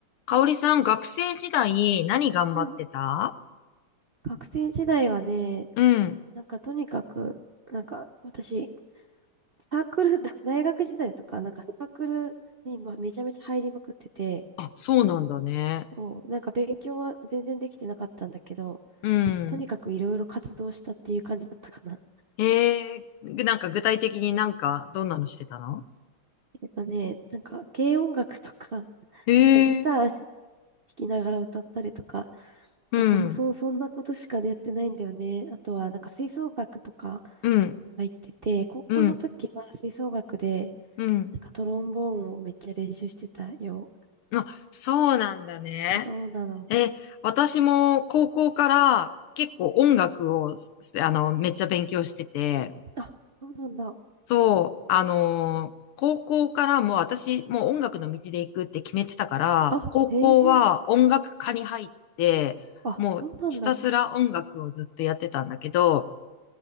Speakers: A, on the left; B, on the right.
A: かおりさん、学生時代何頑張ってた
B: うん学生時代はね、
A: うん。
B: なんかとにかく、なんか私、サークル、<laughs> 大学時代とか、なんかサークルにまあめちゃめちゃ入りまくってて、
A: あ、そうなんだね。
B: そう、なんか勉強は全然できてなかったんだけど、
A: うん。
B: なんかとにかくいろいろ活動したっていう感じだったかな。
A: へえ、ぐなんか具体的になんかどんなのしてたの
B: えっとね、なんか軽音楽とか、<laughs>
A: へ
B: なんかギター弾
A: え、
B: きながら歌ったりとか、
A: うん、
B: なんかもうそ、そんなことしかやってないんだよね。あとはなんか吹奏楽とか
A: うん、
B: 入ってて、高校の時は吹奏楽で、
A: うん、うん。
B: なんかトロンボーンをめっちゃ練習してたよ。
A: あ、そうなんだね。
B: そうなの。
A: え、私も高校から結構音楽を、あの、めっちゃ勉強してて、
B: あ、そうなんだ。
A: そう、あのー高校からもう私、もう音楽の道で行くって決めてたから、
B: あ、
A: 高校は音楽科に入って、
B: へえ。あ、
A: もうひたすら音楽をずっとやってたんだけど、
B: そうなんだ。